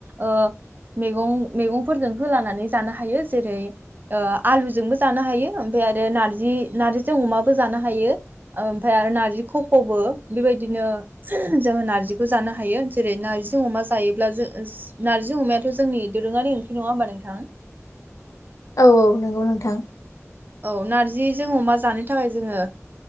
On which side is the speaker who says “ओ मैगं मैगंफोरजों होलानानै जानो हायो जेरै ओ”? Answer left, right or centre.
Right